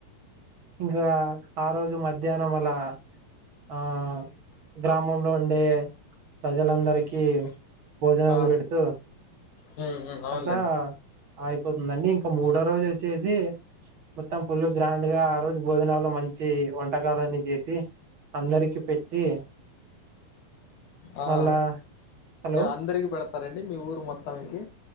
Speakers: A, on the right (about 55°); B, on the left (about 70°).
A: ఇంకా ఆ రోజు మధ్యాహ్నం అలా ఆ గ్రామంలో ఉండే ప్రజలందరికీ భోజనాలు
B: ఆ
A: పెడుతూ
B: హ్మ్ హ్మ్ అవునులేండి
A: అట్లా అయిపోతుందండి ఇంకా మూడో రోజు వచ్చేసి మొత్తం ఫుల్ గ్రాండ్గా ఆ రోజు భోజనాల్లో మంచి వచ్చి వంటకాలన్నీ చేసి అందరికి పెట్టి
B: ఆ
A: మళ్ళా హలో
B: అందరికి ప పెడతారండి మీ ఊరు మొత్తానికి